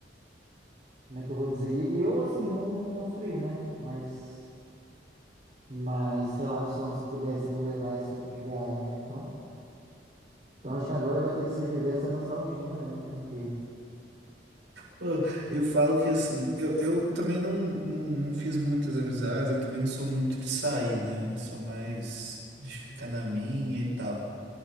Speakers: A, on the right (about 40°); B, on the right (about 80°).
A: Como é que eu vou dizer? E e eu, assim, não, não construí, né? Mas, mas relações que pudessem me levar a esse tipo de viagem, né? Então, então acho que agora vai ter que ser viver essa nostalgia mesmo, né? Porque.
B: Pô, eu falo que assim, eu, eu também não, não, não fiz muitas amizades, eu também não sou muito de sair, né? Eu sou mais de ficar na minha e tal.